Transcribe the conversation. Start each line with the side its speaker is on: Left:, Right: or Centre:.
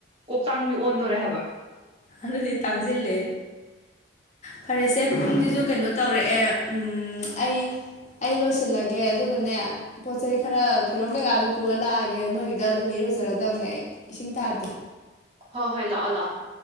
Right: ꯀꯣꯛꯇꯥꯡꯕꯤ ꯑꯣꯟꯗꯣꯔꯦ ꯍꯥꯏꯕ
Left: ꯑꯗꯨꯗꯤ ꯇꯥꯡꯁꯤꯜꯂꯦ ꯐꯔꯦꯁꯦ ꯄꯨꯡꯁꯤꯁꯨ ꯀꯩꯅꯣ ꯇꯧꯔꯛꯑꯦ ꯎꯨꯝ ꯑꯩ ꯑꯩ ꯂꯣꯏꯁꯤꯜꯂꯒꯦ ꯑꯗꯨꯒꯅꯦ ꯄꯣꯠ ꯆꯩꯩ ꯈꯔ ꯐꯤꯔꯣꯟ ꯀꯩꯀꯥꯗꯣ ꯄꯨꯔ ꯂꯥꯛꯑꯒꯦ ꯅꯣꯏꯒꯤꯗ ꯑꯗꯨꯝ ꯏꯔꯨꯖꯔꯗꯕꯅꯦ ꯑꯩ ꯏꯁꯤꯡ ꯇꯥꯗꯦ
Right: ꯍꯣ ꯍꯣꯏ ꯂꯥꯛꯑꯣ ꯂꯥꯛꯑꯣ